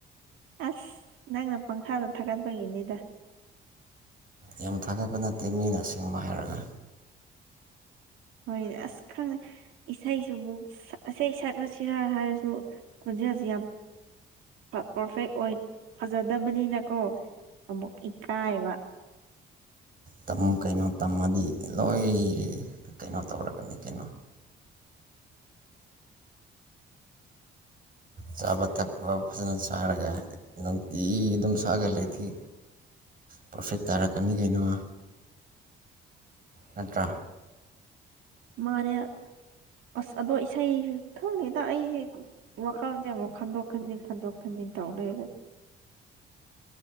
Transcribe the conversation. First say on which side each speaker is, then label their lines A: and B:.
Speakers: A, on the right; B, on the right.
A: ꯑꯁ ꯅꯪꯅꯥ ꯄꯪꯊꯥꯗꯥ ꯊꯥꯒꯠꯄꯥꯒꯤꯅꯤꯗꯥ
B: ꯌꯥꯝ ꯊꯥꯒꯠꯄꯥ ꯅꯠꯇꯦ ꯃꯤꯅꯥ ꯑꯥꯁꯦꯡꯕꯥ ꯍꯥꯏꯔꯥꯒꯥ
A: ꯍꯣꯏ ꯑꯁ ꯈꯪꯗꯦ ꯏꯁꯩꯁꯨ ꯁꯛ ꯏꯁꯩ ꯁꯛꯔꯥꯁꯤꯔꯥ ꯍꯥꯏꯔꯥꯁꯨ ꯈꯣꯟꯖꯦꯜꯁꯤ ꯌꯥꯝ ꯄ꯭ꯔꯐꯦꯛ ꯑꯣꯏ ꯐꯥꯖꯥꯗꯥꯕꯅꯤꯅꯥꯀꯣ ꯑꯃꯨꯛ ꯏꯀꯥꯏꯕꯥ
B: ꯇꯝꯃꯨ ꯀꯩꯅꯣ ꯇꯝꯃꯥꯗꯤ ꯂꯣꯏ ꯀꯩꯅꯣ ꯇꯧꯔꯛꯀꯥꯅꯤ ꯀꯩꯅꯣ ꯆꯥꯕꯥ ꯊꯛꯄꯥ ꯐꯥꯖꯥꯅ ꯆꯥꯔꯒꯥ ꯅꯨꯡꯇꯤ ꯑꯗꯨꯝ ꯁꯥꯑꯥꯒꯥ ꯂꯩꯗꯤ ꯄ꯭ꯔꯐꯦꯛ ꯇꯥꯔꯛꯀꯥꯅꯤ ꯀꯩꯅꯣ ꯅꯠꯇ꯭ꯔ
A: ꯃꯥꯅꯦ ꯑꯁ ꯑꯗꯣ ꯏꯁꯩꯁꯨ ꯈꯪꯗꯦꯗꯥ ꯑꯩꯁꯤ ꯗꯨꯝ ꯋꯥꯈꯜꯁꯦ ꯑꯃꯨꯛ ꯈꯟꯗꯣꯛ ꯈꯟꯖꯤꯟ ꯈꯟꯗꯣꯛ ꯈꯟꯖꯤꯟ ꯇꯧ ꯂꯩꯔꯦ